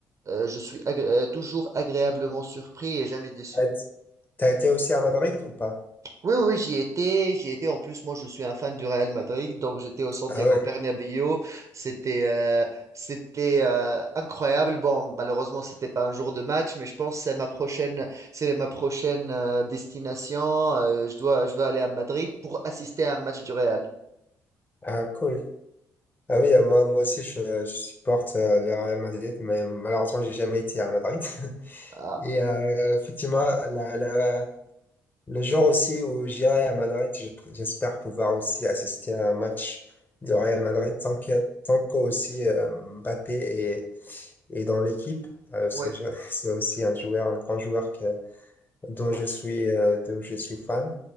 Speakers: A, on the right; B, on the left.
A: euh, je suis agré- euh, toujours agréablement surpris et jamais déçu.
B: Ah, t- T'as été aussi à Madrid ou pas?
A: Oui, oui, oui, j'y étais, j'y étais. En plus, moi, je suis un fan du Real Madrid, donc j'étais au Santiago
B: Ah ouais,
A: Bernabéu. C'était, euh, c'était euh, incroyable. Bon, malheureusement, c'était pas un jour de match, mais je pense que c'est ma prochaine, c'est ma prochaine euh, destination. Euh, je dois, je veux aller à Madrid pour assister à un match du Real.
B: ah cool. Ah
A: Hmm.
B: oui, euh, moi, moi aussi je, je supporte euh, le Real Madrid, mais malheureusement j'ai jamais été à Madrid. <laughs>
A: Ah,
B: Et euh, effectivement, la- la- le jour aussi où j'irai à Madrid, je- j'espère pouvoir aussi assister à un match du Real Madrid tant que tant qu'aussi euh, Mbappé est, est dans l'équipe, euh, parce
A: ouais,
B: que je- <laughs> c'est aussi un joueur, un grand joueur que, dont
A: ouais,
B: je suis euh, dont je suis fan.